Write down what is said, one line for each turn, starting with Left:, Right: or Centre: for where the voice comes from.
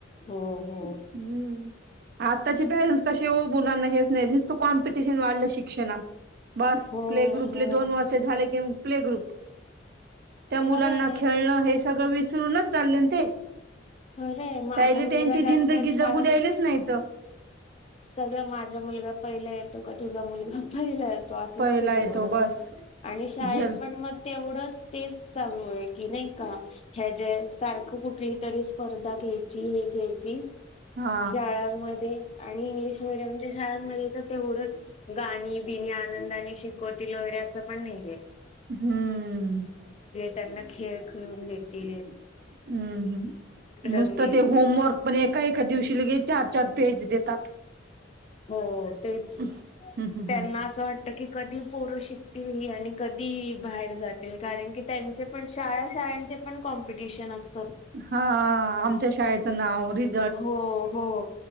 Left: हो हो
Right: हम्म. आत्ताचे पॅरेंट्स कसे हो बुलांना हेच नई, जिसत कॉम्पिटिशन वाढलं शिक्षणात बास
Left: हो
Right: प्ले ग्रुपले
Left: हो
Right: दोन वर्ष झाले, कीम प्ले ग्रुप त्या मुलांना
Left: खरंय
Right: खेळणं हे सगळं विसरूनच चालले ते
Left: खरे माझा
Right: त्यायले
Left: मुलगा
Right: त्यांची
Left: जास्त
Right: जिंदगी जगू
Left: छान
Right: द्यायलेच नाही तर
Left: सगळ माझा मुलगा पहिला तो का तुझा मुलगा पहिलाय तो असं
Right: पहिला
Left: सुरू
Right: येतो
Left: आहे
Right: बस
Left: आणि शाळेत
Right: जल
Left: पण मग तेवढेच तेच चालू आहे की नाही का ह्या जे सारखं कुठली तरी स्पर्धा घ्यायची हे घ्यायची
Right: हा
Left: शाळांमध्ये आणि इंग्लिश मिडियमच्या शाळांमध्ये तर तेवढंच गाणी बिणी आनंदाने शिकवतील वगैरे असं पण नाहीय
Right: हम्म
Left: त्यांना खेळ खेळून देतील
Right: हम्म हम्
Left: रंगीत
Right: नुसतं ते होमवर्क पण एका एका दिवशी लगेच चार चार पेज देतात
Left: हो तेच
Right: हम् हम्
Left: त्यांना
Right: हम्
Left: असं वाट बाकी कधी पोरं शिकतील ही आणि कधीही बाहेर जाते कारण की त्यांचे पण शाळा अशा त्यांचे पण कॉम्पिटिशन असत
Right: हा आमच्या शाळेचं नाव रीत
Left: हो हो